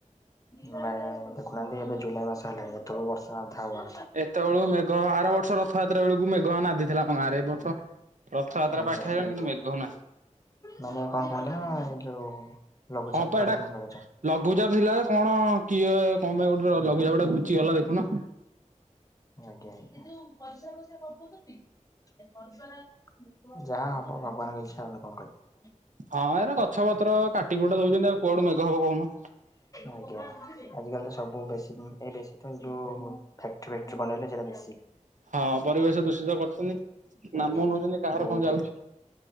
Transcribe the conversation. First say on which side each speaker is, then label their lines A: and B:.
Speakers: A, on the left (about 25°); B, on the right (about 70°).
A: ନାଇଁ ଏଇ ଦେଖୁନାହାନ୍ତି। ଏବେ ଜୁଲାଇ ମାସ ହେଲାଣି, ଏତେ ବେଳକୁ ବର୍ଷ ଅଧା ହବା କଥା।
B: ଏତେବେଳକୁ ମେଘ ଆର ବର୍ଷ ରଥଯାତ୍ରା ବେଳକୁ ମେଘ ନାଧିଥିଲା ଆମ ଗାଁରେ, ଏ ବର୍ଷ ରଥଯାତ୍ରା
A: ଆଜ୍ଞା,
B: ପାଖେଇ
A: <unintelligible>
B: ଆଇଲାଣି କିନ୍ତୁ ମେଘ ନାହିଁ।
A: ମାନେ କଣ କହୁଥିଲେ ନା ଏଇ ଯୋଉ। ଲଘୁଚାପ
B: ହଁ ପା,
A: ପଡେ
B: ଏଟା
A: କିନ୍ତୁ ଲଘୁଚାପ।
B: ଲଘୁଚାପ ଥିଲା କଣ କିଏ କମେ ଗୋଟେ ଲଘୁଚାପ ଟା ଘୁଚି ଗଲା ଦେଖୁନ।
A: ଆଜ୍ଞା, ଆଜ୍ଞା। ଯାହା ହବ ଭଗବାନଙ୍କ ଇଚ୍ଛା, ଆମେ କଣ କରିବା।
B: ହଁ ଏ ଗଛ ପତ୍ର କାଟି କୁଟା ଦଉଛନ୍ତି ଆଉ କୁଆଡୁ ମେଘ ହବ କହୁନୁ।
A: ଆଜ୍ଞା, ଆଜିକାଲି ତ ସବୁ ବେଶୀ ଏଇ ବେଶୀ। ତ ଯୋଉ ଫ୍ୟାକ୍ଟ୍ରି ଫ୍ୟାକ୍ଟ୍ରି ବନେଇଲେ ସେଇଟା ବେଶୀ।
B: ହଁ ପରିବେଶ ଦୂଷିତ କରୁଛନ୍ତି,
A: ଆଜ୍ଞା
B: ନାମ ନଉଛନ୍ତି କାହାର
A: ବହୁତ
B: କଣ ଯାଉଛି।